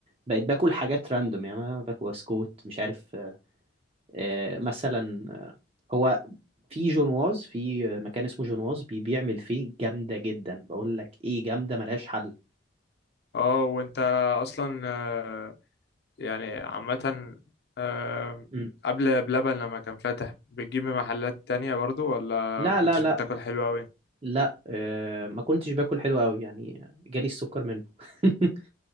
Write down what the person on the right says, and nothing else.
بقيت باكل حاجات راندوم يعني انا باكل بسكوت مش عارف آه، مثلا آه، هو في جونواز في آه، مكان اسمه جونواز بيبيع ملفيه جامدة جدا بقول لك ايه جامدة ملهاش حل
مم.
لا
لا لا
لا آه، ما كنتش باكل حلو قوي يعني جالي السكر منه <laughs>